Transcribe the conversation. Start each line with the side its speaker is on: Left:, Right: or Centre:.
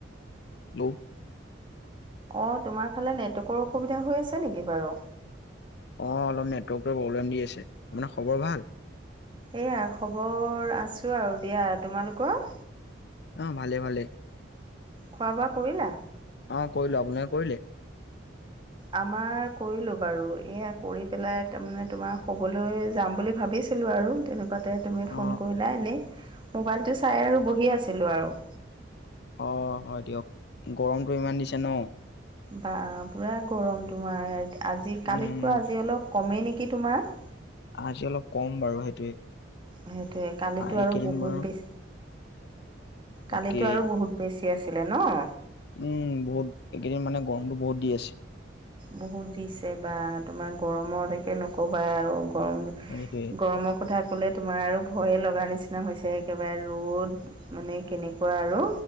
Left: হেল্ল'
Right: অ' তোমাৰ ফালে নেটৱৰ্কৰ অসুবিধা হৈ আছে নেকি বাৰু
Left: অ অলপ নেটৱৰ্ক প্ৰব্লেম দি আছে। এনে খবৰ ভাল
Right: এইয়া খবৰ আছোঁ আৰু দিয়া তোমালোকৰ
Left: অ 'ভালে ভালে
Right: খোৱা বোৱা কৰিলা
Left: অ কৰিলো আপোনালোকে কৰিলে।
Right: আমাৰ কৰিলো বাৰু এয়া কৰি পেলাই তাৰ মানে তোমাৰ শুবলৈ যাম বুলি ভাবিছ ছিলো আৰু তেনেকুৱা আতে তুমি ফোন
Left: অ
Right: কৰিলা এনেই মোবাইলটো চাই আৰু বহি আছিলোঁ আৰু
Left: অ হয় দিয়ক গৰমটো ইমান দিছে ন।
Right: বা পুৰা গৰম তোমাৰ আজি কালিতকৈ
Left: উম
Right: আজি অলপ কমে নেকি কি তোমাৰ?
Left: আজি অলপ কম বাৰু সেইটোৱে।
Right: সেইটোয়ে কালিতো
Left: এইকেইদিন
Right: আৰু বহুত
Left: বাৰু
Right: বেছ,
Left: তাকেই
Right: কালিতো আৰু বহুত বেছি আছিলে ন?
Left: উম বহুত এইকেইদিন মানে গৰমটো বহুত দি আছে।
Right: বহুত দিছে বা তোমাৰ গৰমত একে নক'বা আৰু। গৰম
Left: সেইটোৱে
Right: গৰমক কথা ক'লে তোমাৰ আৰু ভয়ে লগা নিচিনা হৈছে, একেবাৰে ৰ'দ মানে কেনেকুৱা আৰু